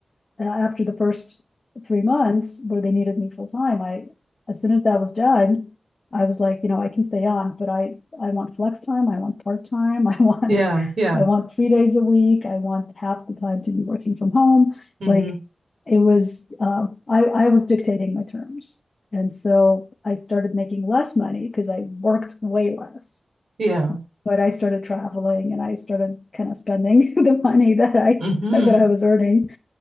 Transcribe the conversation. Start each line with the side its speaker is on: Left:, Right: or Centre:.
Left: uh, after the first three months where they needed me full time, I, as soon as that was done, I was like, you know, I can stay on, but I, I want flex time. I want part time. <laughs> I want,
Right: Yeah. Yeah.
Left: I want three days a week. I want half the time to be working from home.
Right: hmm
Left: Like it was, uh, I, I was dictating my terms. And so I started making less money because I worked way less,
Right: Yeah.
Left: but I started traveling and I started kind of spending <laughs> the money that I,
Right: hmm
Left: that I was earning